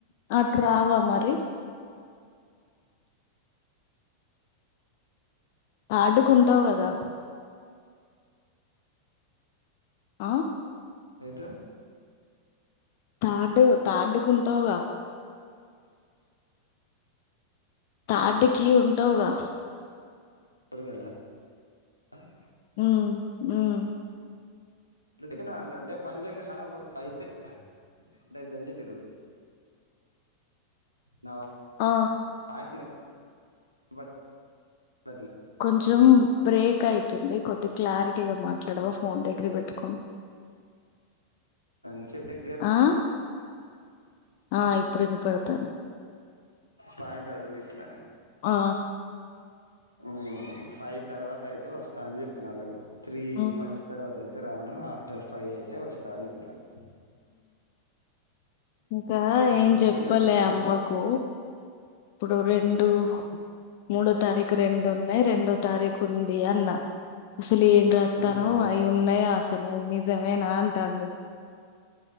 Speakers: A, on the left (about 50°); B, on the left (about 85°).
A: అట్రావా మరి తార్డు కుంటావు కదా ఆ
B: ఎటు
A: తార్డు తార్డుకుంటావుగా తార్డ్
B: వర
A: కి ఉంటావుగా
B: <unintelligible>
A: మ్ మ్
B: <unintelligible>
A: ఆ
B: <unintelligible> వినపడట్లేదా?
A: కొంచెం బ్రేక్ అయితుంది కొద్ది క్లారిటీగా మాట్లాడవా ఫోన్ దగ్గర పెట్టుకని
B: అని చెప్పి దగ్గర
A: ఆ ఆ ఎప్పుడను పడుతను
B: పయంటడువటిన
A: ఆ!
B: ఆ ఫైవ్ తర్వాత అయితే వస్తుంది స్తా అని చెప్పినళ్ళలకు త్రీ
A: హ్మ్.
B: ఫస్ట్ తర్వాత అయితే చెతురాను ఆఫ్టర్ ఫైవ్ అయితే వస్తాని చెతున్నాను
A: ఇంకా
B: ఫైవ్
A: ఏం
B: వరకు
A: చెప్పాలి
B: వేరేటోళ్ళు
A: అమ్మకు ఇప్పుడు రెండు మూడో తారీఖు రెండు ఉన్నాయి రెండో తార కురుబడియాన్నా అసలు ఏం రాస్తారో
B: అంతే
A: అవి ఉన్నాయి అసలు నిజమేనా అంటాంది